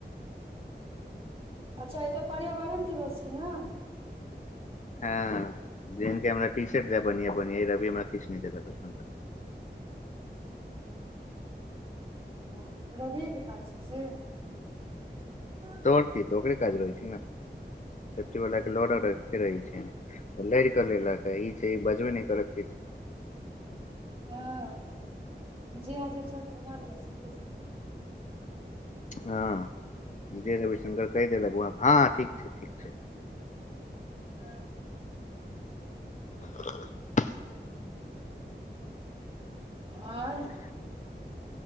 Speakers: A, on the right; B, on the left.
A: अच्छा आय तऽ पर्यावरण दिवस छै न
B: हँ जन हमरा टी शर्ट द बढ़िआ बढ़िया ई रबि हमरा किछु नहि देलक एखन तक
A: हँ रविए के काज छै से हँ
B: तऽ आओर की तऽ ओकरे काज रहै छै ने सेफ्टी वलाक के लड़ रखते रहै छै लड़ कऽ लेलक ई छै बजबे नहि करत किछ
A: हँ जे आजब सऽ बात कुछ
B: हँ जे रविशंकर कहि देलक हँ ठीक छै ठीक छै
A: हँ
B: <unintelligible>
A: आओर